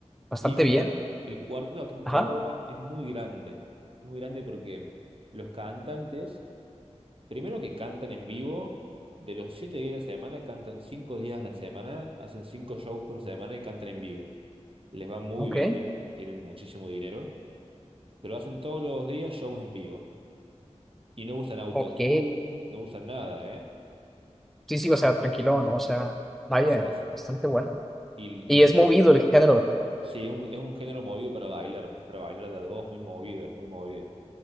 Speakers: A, in the centre; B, on the right.
A: Bastante
B: Y mira,
A: bien.
B: el cuarteto aquí en
A: Ajá,
B: Córdoba es muy grande. Es muy grande porque los cantantes Primero que cantan en vivo, de los siete días de la semana, cantan cinco días a la semana, hacen cinco shows por semana y cantan en vivo. Les va muy
A: ok,
B: bien, ti- tienen muchísimo dinero, pero hacen todos los días shows en vivo. Y no usan autotune,
A: ok.
B: no usan nada, ¿eh?
A: Sí, sí, o sea, tranquilo, ¿no? O sea, vaya,
B: Sí, sí.
A: bastante bueno.
B: Y,
A: Y es
B: y
A: movido el género.
B: sí, es un, es un género movido para bailar, para bailar de a dos, muy movido, es muy movido.